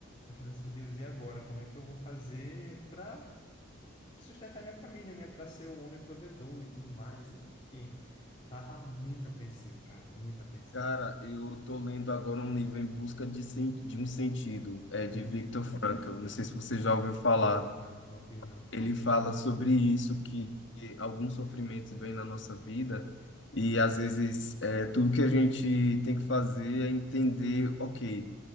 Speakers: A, on the left (about 25°); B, on the left (about 60°).
A: Eu falei assim, Deus, e agora? Como é que eu vou fazer para sustentar minha família, né? Para ser o homem provedor e tudo mais. e, Enfim, tava muito apreensivo, cara, muito apreensivo.
B: Cara, eu tô lendo agora um livro Em Busca de, Sen- de um Sentido, é de
A: Uhum.
B: Viktor Frankl. Não sei se você já ouviu falar.
A: Não, não vi, não.
B: Ele fala sobre isso, que alguns sofrimentos vêm na nossa vida e às vezes é, tudo que a gente tem que fazer é entender, ok,